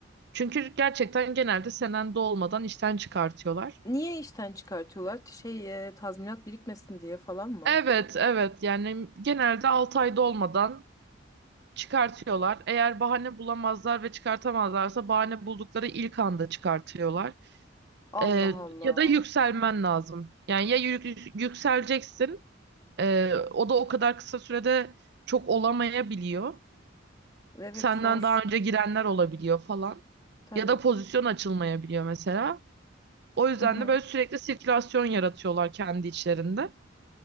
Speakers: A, on the right; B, on the left.
A: Çünkü gerçekten genelde senende olmadan işten çıkartıyorlar.
B: Niye işten çıkartıyorlar? Şey, e, tazminat birikmesin diye falan mı?
A: Evet, evet. Yani genelde 6 ayda olmadan çıkartıyorlar. Eğer bahane bulamazlar ve çıkartamazlarsa bahane buldukları ilk anda çıkartıyorlar.
B: Allah
A: Ee,
B: Allah.
A: ya da yükselmen lazım. Yani ya yük- yükseleceksin, ee, o da o kadar kısa sürede çok olamayabiliyor.
B: Evet
A: Senden
B: zor.
A: daha önce girenler olabiliyor falan.
B: Tabii.
A: Ya da pozisyon açılmayabiliyor mesela. O yüzden
B: Hı hı.
A: de böyle sürekli sirkülasyon yaratıyorlar kendi içlerinde.